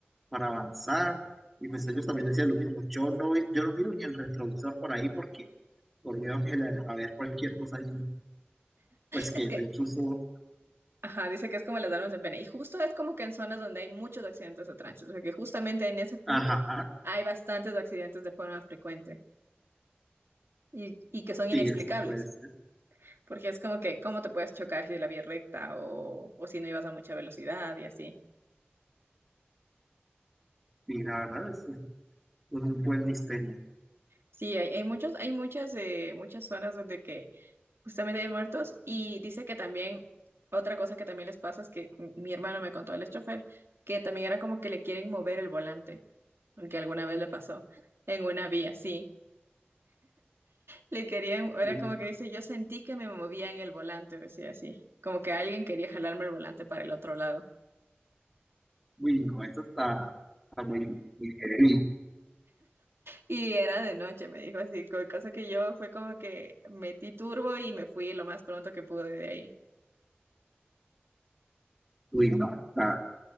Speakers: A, in the centre; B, on the right.
A: para avanzar y pues ellos también decían lo mismo, yo no, ve- yo no miro ni el retrovisor por ahí porque por miedo que le- a ver cualquier cosa ahí, pues que
B: Es que
A: de un susto,
B: Ajá, dice que es como las almas en pena. Y justo es como que en zonas donde hay muchos accidentes de tránsito, o sea que justamente en ese punto
A: ajá,
B: hay bastantes accidentes de forma frecuente y, y que son
A: sí,
B: inexplicables,
A: eso puede ser,
B: porque es como que cómo te puedes chocar si la vía es recta o, o si no ibas a mucha velocidad y así.
A: y la verdad, eso es un buen misterio,
B: Sí, hay, hay muchos, hay muchas, eh, muchas zonas donde que justamente de muertos, y dice que también, otra cosa que también les pasa es que m- mi hermano me contó, el chofer, que también era como que le quieren mover el volante, aunque alguna vez le pasó, en una vía, sí. Le querían, era
A: ¿sí?
B: como que dice, yo sentí que me movía en el volante, decía así, como que alguien quería jalarme el volante para el otro lado.
A: Uy, no, eso está, está muy, muy heavy.
B: Y era de noche, me dijo así, co- cosa que yo fue como que metí turbo y me fui lo más pronto que pude de ahí.
A: Uy, no, está,